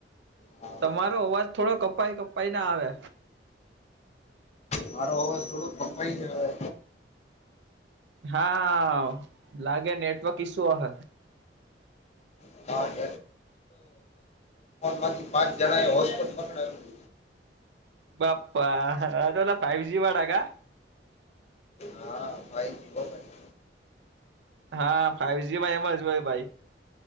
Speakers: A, on the left; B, on the right.
A: હા
B: તમારો અવાજ થોડો કપાઈ કપાઈ ના આવે.
A: મારો અવાજ થોડોક કપાઈ જ આવે.
B: હા લાગે નેટવર્ક ઈસ્યુ હ.
A: <unintelligible> ફોન માથી પાંચ જણા એ હોટસ્પોટ પકડાયો.
B: બાપા અલા ફાઈવ જી બાડગ
A: હા ભાઈ જ હો ભાઈ
B: હા ફાઈવજીમાં એમજ હોય ભાઈ